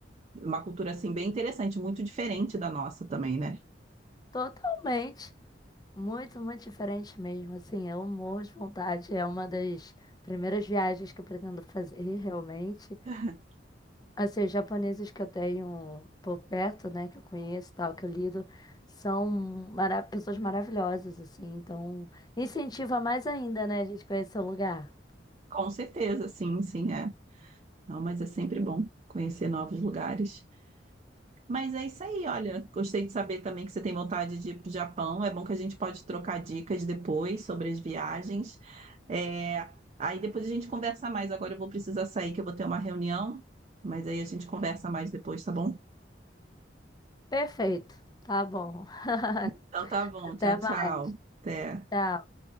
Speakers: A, on the right; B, on the left.
A: Uma cultura assim bem interessante, muito diferente da nossa também, né?
B: Totalmente. Muito, muito diferente mesmo. Assim, eu morro de vontade. É uma das primeiras viagens que eu pretendo fazer, <laughs> realmente.
A: <laughs>
B: Assim, os japoneses que eu tenho por perto, né, que eu conheço, e tal, que eu lido, são mara- pessoas maravilhosas, assim. Então, incentiva mais ainda, né, a gente conhecer o lugar.
A: Com certeza, sim, sim, é. Não, mas é sempre bom conhecer novos lugares. Mas é isso aí, olha. Gostei de saber também que você tem vontade de ir para o Japão. É bom que a gente pode trocar dicas depois sobre as viagens. É, Aí depois a gente conversa mais. Agora eu vou precisar sair, que eu vou ter uma reunião. Mas aí a gente conversa mais depois, tá bom?
B: Perfeito. Tá bom. <laughs>
A: Então tá bom. Tchau,
B: Até mais.
A: tchau. Até.
B: Tchau.